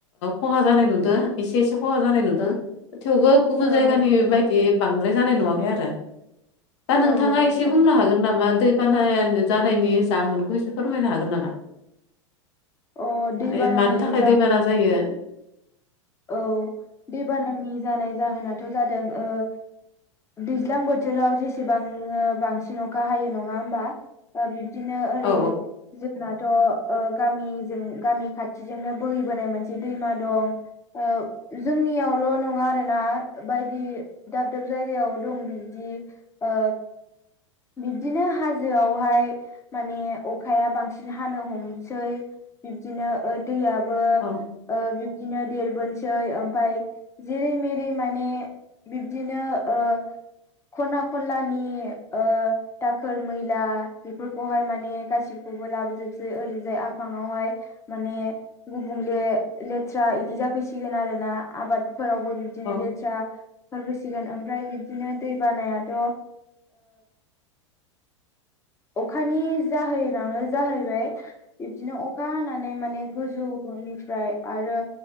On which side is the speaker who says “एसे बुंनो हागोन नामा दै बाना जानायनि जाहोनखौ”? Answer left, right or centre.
Left